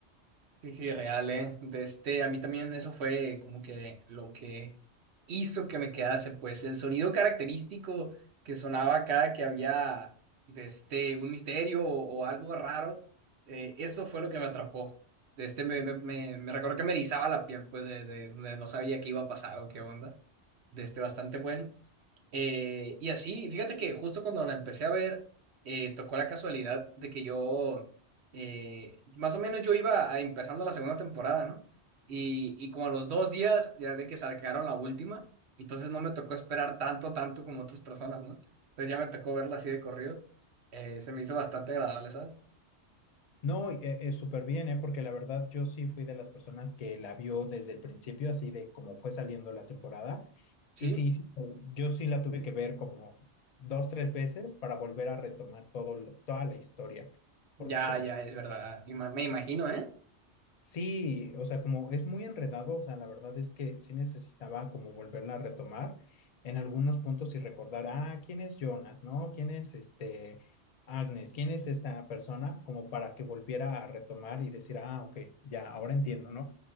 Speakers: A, on the right (about 70°); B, on the left (about 60°).
A: Sí, sí, real, ¿eh? De este, a mí también eso fue como que lo que hizo que me quedase, pues el sonido característico que sonaba cada que había de este, un misterio o, o algo raro, eh, eso fue lo que me atrapó. De este, me, me, me, me recuerdo que me erizaba la piel, pues de, de, de no sabía qué iba a pasar o qué onda. De este, bastante bueno. Eh, y así, fíjate que justo cuando la empecé a ver, eh, tocó la casualidad de que yo, eh, más o menos yo iba a- empezando la segunda temporada, ¿no? Y, y como a los dos días, ya de que sacaron la última, entonces no me tocó esperar tanto, tanto como otras personas, ¿no? Entonces ya me tocó verla así de corrido. Eh, se me hizo bastante agradable, ¿sabes?
B: No, es eh, eh, súper bien, ¿eh? Porque la verdad yo sí fui de las personas que la vio desde el principio, así de como fue saliendo la temporada.
A: Sí,
B: Y sí, sí, eh, yo sí la tuve que ver como dos, tres veces para volver a retomar todo, l- toda la historia. Porque
A: ya,
B: como
A: ya, es verdad. Ima- me imagino, ¿eh?
B: Sí, o sea, como es muy enredado, o sea, la verdad es que sí necesitaba como volverla a retomar en algunos puntos y recordar, ah, ¿quién es Jonas, no? ¿Quién es este Agnes? ¿Quién es esta persona? Como para que volviera a retomar y decir, ah, ok, ya, ahora entiendo, ¿no?